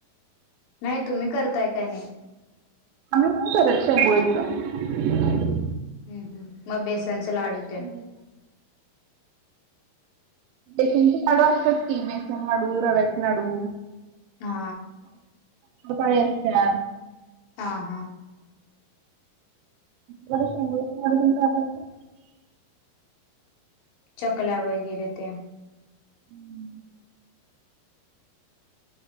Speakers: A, on the left (about 70°); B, on the right (about 80°).
A: नाही तुम्ही करताय काय नाही
B: आम्ही रक्षा आहे गोयच
A: हम्म हम् मग बेसनचे लाडू
B: शेंगोळीचं
A: ते
B: बेसनचे लाडू असतात की बेसन लाडू रव्याचे लाडू
A: हा
B: पाळी असतेन.
A: हा हा.
B: बर शंकरपाळे पण करतात का?
A: चकल्या वगैरे त्या.
B: हम्म.